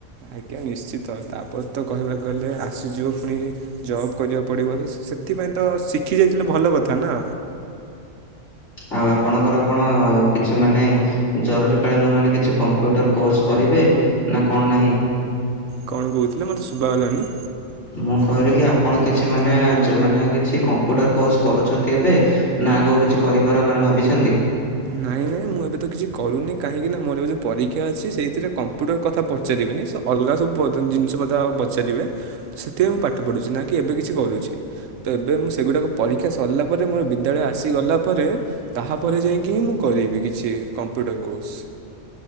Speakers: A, on the right (about 80°); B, on the left (about 70°).
A: ଆଜ୍ଞା ନିଶ୍ଚିତ ତାପରେ ତ କହିବାକୁ ଗଲେ ଆସିଯିବ ପୁଣି ଜବ୍ କରିବାକୁ ପଡିବ ସେଥିପାଇଁ ତ ଶିଖି ଯାଇଥିଲେ ଭଲ କଥା ନା।
B: ଆଉ ଆପଣଙ୍କର କଣ କିଛି ମାନେ ଜରୁରୀ କାଳୀନ ମାନେ କିଛି କମ୍ପ୍ୟୁଟର କୋର୍ସ କରିବେ ନା କଣ ନାହିଁ?
A: କଣ କହୁଥିଲେ ମତେ ଶୁଭା ଗଲାନି?
B: ମୁଁ କହିଲି କି ଆପଣ କିଛି ମାନେ ମାନେ କିଛି କମ୍ପ୍ୟୁଟର କୋର୍ସ କରୁଛନ୍ତି ଏବେ ନା ଆଗକୁ କିଛି କରିବାର ମାନେ ଭାବିଛନ୍ତି?
A: ନାଇଁ ନାଇଁ ମୁଁ ଏବେ ତ କିଛି କରୁନି କାହିଁକି ନା ମୋର ଏବେ ଯେଉଁ ପରୀକ୍ଷା ଅଛି ସେଇଥିରେ କମ୍ପ୍ୟୁଟର କଥା ପଚାରିବେନି ସେ ଅଲଗା ସବୁ ଜିନିଷ କଥା ପଚାରିବେ ସେଥିପାଇଁ ମୁଁ ପାଠ ପଢ଼ୁଛି ନା କି ଏବେ କିଛି କରୁଛି ତ ଏବେ ମୁଁ ସେଗୁଡ଼ାକ ପରୀକ୍ଷା ସରିଲା ପରେ ମୋର ବିଦ୍ୟାଳୟ ଆସିଗଲା ପରେ ତାହାପରେ ଯାଇକି କି ମୁଁ କରିବି କିଛି କମ୍ପ୍ୟୁଟର କୋର୍ସ।